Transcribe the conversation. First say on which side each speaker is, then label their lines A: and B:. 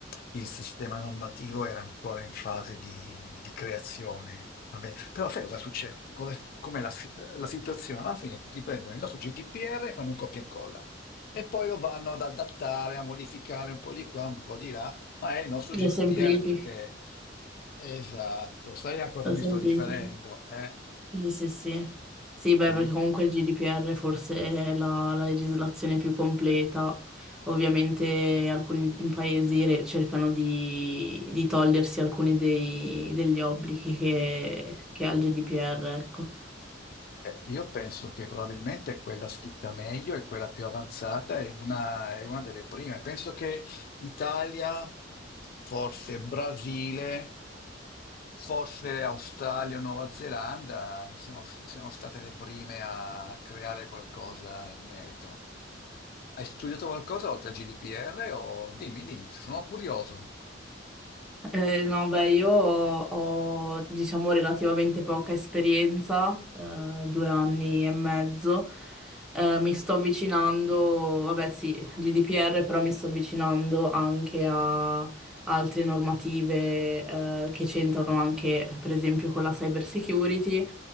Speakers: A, on the left; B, in the centre.
A: il sistema normativo era ancora in fase di, di creazione. Va bene. Però sai cosa succede? Cos'è- Com'è la, si- la situazione? Alla fine tutti prendono il nostro GDPR e fanno un copia e incolla e poi lo vanno ad adattare, a modificare un po' di qua, un po' di là, ma è il nostro
B: Lo
A: GDPR
B: semplifichi?
A: perché... Esatto, sai a cosa
B: Lo
A: mi
B: semplifica.
A: sto riferendo? Eh?
B: Sì, sì, sì. Sì, beh,
A: Mm?
B: perché comunque il GDPR forse è la, la legislazione più completa. Ovviamente alcuni paesi re- cercano di, di togliersi alcuni dei- degli obblighi che, che ha il GDPR, ecco.
A: Eh, Io penso che probabilmente quella scritta meglio e quella più avanzata è una, è una delle prime. Penso che Italia, forse Brasile, forse Australia o Nuova Zelanda siano, siano state le prime a creare qualcosa in merito. Hai studiato qualcosa oltre al GDPR o dimmi, dimmi, sono curioso.
B: Eh, no, beh, io ho, ho, diciamo, relativamente poca esperienza, eh, due anni e mezzo. Eh, mi sto avvicinando, vabbè, sì, GDPR, però mi sto avvicinando anche altre normative eh, che c'entrano anche, per esempio, con la cyber security,